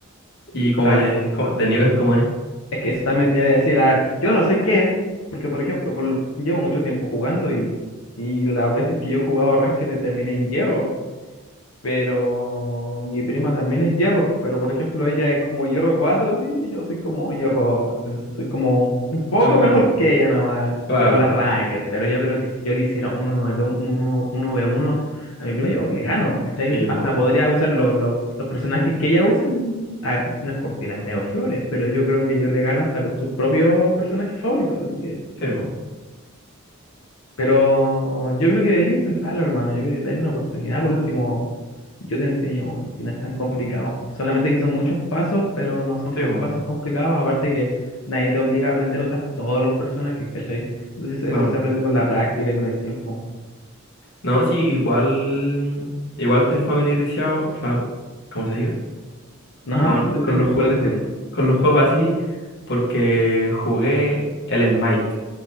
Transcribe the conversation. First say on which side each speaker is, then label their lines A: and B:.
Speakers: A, on the left; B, on the left.
A: ¿Y cómo
B: A ver,
A: es? ¿Cómo- ¿De nivel cómo es?
B: es que eso también te iba a decir, a ver, yo no soy Ken, porque por ejemplo, por lo- llevo mucho tiempo jugando y, y las veces que yo he jugado Ranked terminé en hierro Pero mi prima también es hierro, pero por ejemplo ella es como hierro 4 así, y yo soy como hierro dos entonces soy como un poco
A: Ay,
B: mejor que ella nomás,
A: claro.
B: según la ranked, pero yo creo que si yo le hiciera un uno v uno uno 1 1v1 a mi prima, yo le gano, ¿cachai?
A: Sí, voy.
B: Hasta podría usar lo- lo- los personajes que ella usa, y, a ver, no es por tirarme flores, pero yo creo que yo le gano hasta con sus propios personajes favoritos, así que...
A: Sí, bo.
B: Pero yo creo que debería intentarlo, hermano, yo creo que darle una oportunidad por último yo te enseño, weón, si no es tan complicado.
A: Mm,
B: Solamente que son muchos pasos, pero no son
A: Sí,
B: com-
A: bo.
B: pasos complicados. Aparte que nadie te obliga a aprender a usar todos los personajes, ¿cachai? Entonces eso
A: Claro.
B: se aprende con la práctica y con el tiempo.
A: No, sí, igual. Igual estoy familiarizado. fam- ¿cómo se diga?
B: Ajá,
A: Con,
B: te-
A: con
B: te ent-
A: los, ju-
B: pero te
A: con
B: entiendo.
A: los con los juegos así, porque jugué el Smite.